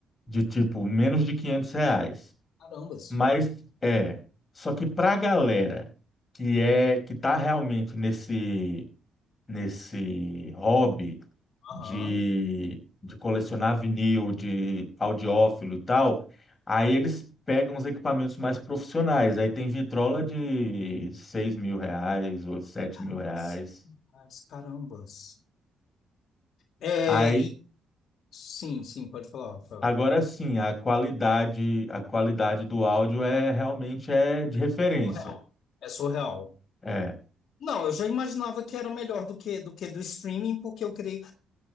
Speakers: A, on the left; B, on the left.
A: de tipo, menos de 500 reais.
B: Carambas.
A: Mas é, só que pra galera que é que tá realmente nesse nesse hobby de,
B: Aham.
A: de colecionar vinil, de audiófilo e tal, aí eles pegam os equipamentos mais profissionais. Aí tem vitrola de seis mil reais ou sete
B: Carambas.
A: mil reais.
B: Carambas. carambas. É,
A: Aí
B: e... Sim, sim, pode falar, Rafael.
A: agora sim, a qualidade a qualidade do áudio é realmente é de referência.
B: Surreal. É surreal.
A: É,
B: Não, eu já imaginava que era melhor do que do que do streaming, porque eu creio